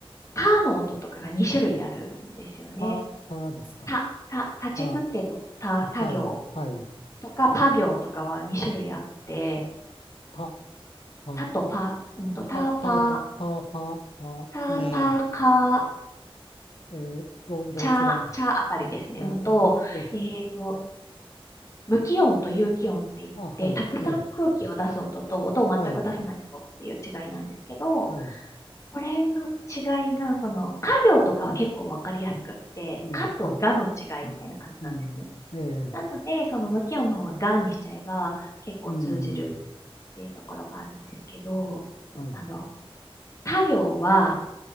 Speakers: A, on the left; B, on the left.
A: たの音とかが2種類あるんですよね。
B: た、たですか
A: た、た、たちつてとた、
B: た、はい、
A: た行
B: はい、
A: とか、ぱ行とかは2種類あって、
B: た、た、
A: タとパ、うんと、タパ、
B: パ、たと、た、パ、パ、
A: タパカ、
B: えー、えー、ど、どう違う
A: チャ、チャあたりですね。
B: じゃあ、
A: うんと、
B: ど、ど、
A: えっと、無気音と有気音って言って、
B: あ、はい、
A: たくさん空気を出す音と音を全く出さない音っていう違いなんですけど、
B: はい、はい、はい、
A: これの違いが、その、家行とかは結構わかりやすくって、
B: えー、
A: かとがの違いみたいな感じなんですね。
B: か、か、うん、えー、
A: なので、その無気音の方はがにしちゃえば結構通じる
B: うん、
A: っていうところがあるんですけど、
B: はい、
A: あの、他行は、